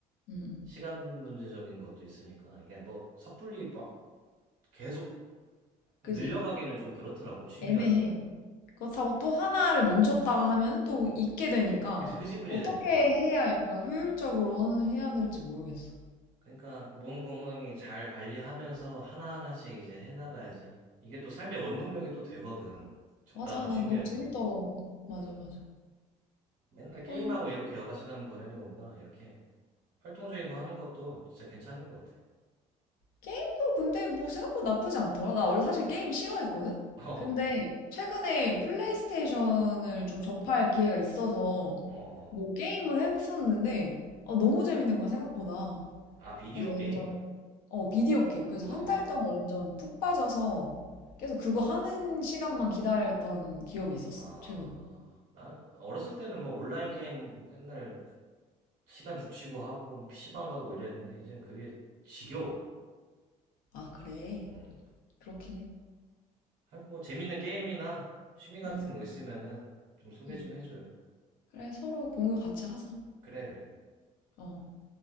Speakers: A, on the left; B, on the right.
A: 응. 응.
B: 시간 문제적인 것도 있으니까, 이게 뭐, 섣불리 막 계속 늘려가기는
A: 그지?
B: 좀 그렇더라고, 취미
A: 애매해.
B: 활동.
A: 그렇다고 또 하나를 멈췄다가 하면 또 잊게 되니까
B: 그치, 흐지부지
A: 어떻게
B: 되니까.
A: 해야 약간 효율적으로 하는- 해야 될지 모르겠어.
B: 그러니까, 몸 건강히 잘 관리하면서 하나하나씩 이제 해나가야지. 이게 또 삶의 원동력이 또 되거든. 적당한
A: 맞아, 난
B: 취미
A: 너무
B: 활동이.
A: 재밌더라고. 맞아,
B: 음.
A: 맞아.
B: 맨날 게임하고
A: 그럼
B: 이렇게 여가 시간 보내는 것보다, 이렇게 활동적인 거 하는 것도 진짜 괜찮은 것 같아.
A: 게임도 근데 뭐 생각보다 나쁘지 않더라. 나 원래 사실 게임 싫어했거든?
B: 어,
A: 근데 최근에 플레이스테이션을 좀 접할 기회가 있어서
B: 어,
A: 뭐
B: 어.
A: 게임을 했었는데 아, 너무 재밌는 거야, 생각보다.
B: 아, 비디오
A: 그래서 완전,
B: 게임?
A: 어, 비디오 게임. 그래서
B: 어,
A: 한 달 동안 완전 푹 빠져서 계속 그거 하는 시간만 기다렸던 기억이 있었어,
B: 아,
A: 최근에.
B: 난 어렸을 때는 뭐 온라인 게임 맨날 시간 죽치고 하고 PC방 가고 이랬는데, 이젠 그게 지겨워.
A: 아, 그래.
B: 응.
A: 그렇긴 해.
B: 하여튼 뭐 재밌는 게임이나 취미 같은
A: 음,
B: 거 있으면은 좀 소개
A: 음.
B: 좀 해줘요.
A: 그래, 서로 공유 같이 하자.
B: 그래, 그래.
A: 어.